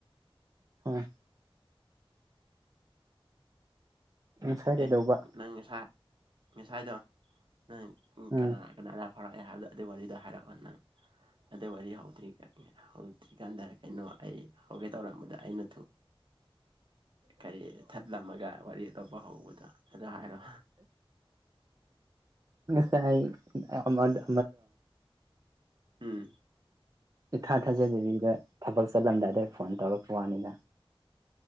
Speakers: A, on the right; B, on the right.
A: ꯍꯣꯏ ꯉꯁꯥꯏ ꯀꯩꯗꯧꯕ
B: ꯑꯦ ꯅꯪ ꯉꯁꯥꯏ ꯉꯁꯥꯏꯗꯣ ꯅꯪ
A: ꯎꯝ
B: ꯀꯅꯥ ꯀꯅꯥ ꯑꯗ ꯐꯔꯛꯑꯦ ꯍꯥꯏꯕꯗꯣ ꯑꯗꯨ ꯋꯥꯔꯤꯗ ꯍꯥꯏꯔꯛꯑꯣ ꯅꯪ ꯑꯗꯨ ꯋꯥꯔꯤ ꯍꯧꯗ꯭ꯔꯤ ꯍꯧꯗ꯭ꯔꯤꯀꯥꯟꯗ ꯀꯩꯅꯣ ꯑꯩ ꯍꯧꯒꯦ ꯇꯧꯔꯛꯝꯕꯗ ꯑꯩꯅ ꯀꯔꯤ ꯊꯠꯂꯝꯃꯒ ꯋꯥꯔꯤ ꯑꯇꯣꯞꯄ ꯍꯧꯕꯗꯣ ꯑꯗꯨꯗ ꯍꯥꯏꯔꯣ
A: ꯁꯥꯏ ꯑꯃꯗ
B: ꯎꯝ
A: ꯏꯈꯥ ꯊꯥꯖꯗꯕꯤꯗ ꯊꯕꯛ ꯆꯠꯂꯝꯗꯥꯏ ꯑꯗꯏ ꯐꯣꯟ ꯇꯧꯔꯛꯄ ꯋꯥꯅꯤꯗ